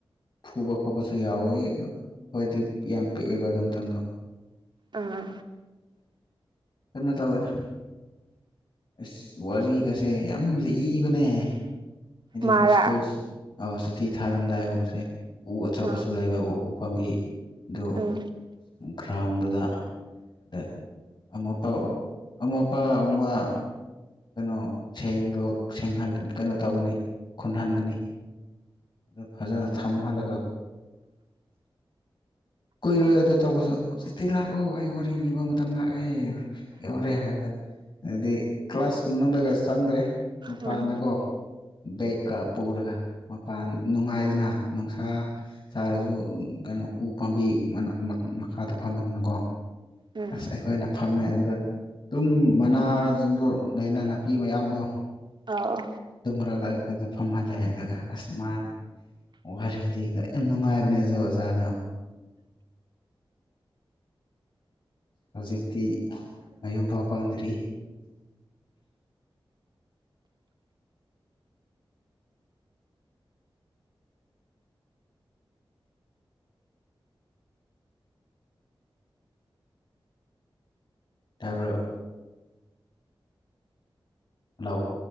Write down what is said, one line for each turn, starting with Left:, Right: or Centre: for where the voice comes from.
Left: ꯐꯨꯕ ꯈꯣꯠꯄꯁꯨ ꯌꯥꯎꯋꯤ ꯑꯗꯣ ꯍꯥꯏꯣꯏꯗꯤ ꯌꯥꯝ ꯄꯤꯛꯑꯦꯕ ꯑꯗꯨ ꯃꯗꯣ
Right: ꯑꯥ
Left: ꯀꯩꯅꯣ ꯇꯧꯋꯦꯗ ꯑꯁ ꯋꯥꯔꯤꯒꯁꯦ ꯌꯥꯝ ꯂꯤꯕꯅꯦ ꯍꯥꯏꯗꯤ
Right: ꯃꯥꯔꯥ
Left: ꯁ꯭ꯀꯨꯜ ꯁꯨꯇꯤ ꯊꯥꯔꯝꯗꯥꯏꯒꯨꯝꯕꯁꯦ ꯎ ꯑꯆꯧꯕꯁꯨ
Right: ꯑꯥ
Left: ꯂꯩꯕ ꯎꯄꯥꯥꯝꯕꯤ ꯑꯗꯨ
Right: ꯎꯝ
Left: ꯒ꯭ꯔꯥꯎꯟꯗꯨꯗ ꯑꯗꯦ ꯑꯃꯄꯥ ꯑꯃꯄꯥ ꯀꯕ ꯀꯩꯅꯣ ꯁꯦꯡꯗꯣꯡ ꯀꯩꯅꯣ ꯇꯧꯒꯅꯤ ꯈꯨꯟꯍꯟꯒꯅꯤ ꯑꯗꯨ ꯐꯖꯅ ꯊꯝꯍꯜꯂꯒ ꯀꯨꯏꯔꯣꯏ ꯑꯗꯨꯗ ꯇꯧꯕꯁꯨ ꯆꯤꯇꯤ ꯂꯥꯛꯑꯣ ꯑꯩ ꯋꯥꯔꯤ ꯂꯤꯕ ꯃꯇꯝ ꯂꯥꯛꯑꯦ ꯑꯦꯎꯔꯦ ꯍꯥꯏ ꯑꯗꯨꯗꯤ ꯀ꯭ꯂꯥꯁ ꯃꯗꯒꯁꯤ ꯆꯪꯗ꯭ꯔꯦ ꯃꯄꯥꯟꯗꯀꯣ
Right: ꯎꯝ
Left: ꯕꯦꯒꯀ ꯄꯨꯔꯒ ꯃꯄꯥꯟ ꯅꯨꯡꯉꯥꯏꯗꯅ ꯅꯨꯡꯁꯥ ꯁꯥꯔꯁꯨ ꯀꯩꯅꯣ ꯎ ꯄꯥꯝꯕꯤ ꯃꯈꯥꯗ ꯐꯝꯕꯅꯤꯅꯀꯣ
Right: ꯎꯝ
Left: ꯑꯁ ꯑꯩꯈꯣꯏꯅ ꯐꯝꯃꯦ ꯑꯗꯨꯗ ꯇꯨꯝ ꯃꯅꯥꯁꯤꯡꯗꯨ ꯂꯩꯩꯅ ꯅꯥꯄꯤ ꯃꯌꯥꯝꯗꯣ
Right: ꯑꯧ
Left: ꯇ ꯃꯔꯗ ꯑꯩꯈꯣꯏ ꯐꯝꯍꯜꯂꯛꯑꯦ ꯑꯗꯨꯒ ꯑꯁ ꯃꯥꯅ ꯋꯥꯔꯤ ꯂꯤꯕꯗ ꯌꯥꯝ ꯅꯨꯡꯉꯥꯏꯕꯅꯦ ꯑꯣꯖꯥ ꯑꯣꯖꯥꯗꯣ ꯍꯧꯖꯤꯛꯇꯤ ꯃꯌꯨꯝ ꯐꯥꯎ ꯄꯥꯟꯗ꯭ꯔꯤ ꯇꯥꯔꯕꯔ ꯍꯜꯂꯣ